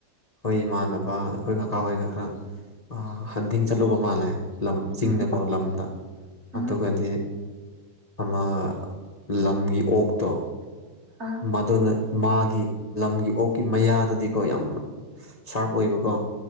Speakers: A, on the left (about 35°); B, on the right (about 40°).
A: ꯑꯩꯈꯣꯏ ꯏꯃꯥꯟꯅꯕ ꯑꯩꯈꯣꯏ ꯀꯀꯥ ꯍꯣꯏꯒ ꯈꯔ ꯑꯥ ꯍꯟꯗꯤꯡ ꯆꯠꯂꯨꯕ ꯃꯥꯜꯂꯦ ꯂꯝ ꯆꯤꯡꯗꯀꯣ
B: ꯎꯝ
A: ꯂꯝꯗ
B: ꯎꯝ
A: ꯑꯗꯨꯒꯗꯤ ꯑꯃ ꯂꯝꯒꯤ ꯑꯣꯛꯇꯣ
B: ꯑꯥ
A: ꯃꯗꯨꯅ ꯃꯥꯒꯤ ꯂꯝꯒꯤ ꯑꯣꯛꯀꯤ ꯃꯌꯥꯗꯗꯤꯀꯣ ꯌꯥꯝꯅ ꯁꯥꯔꯞ ꯑꯣꯏꯕꯀꯣ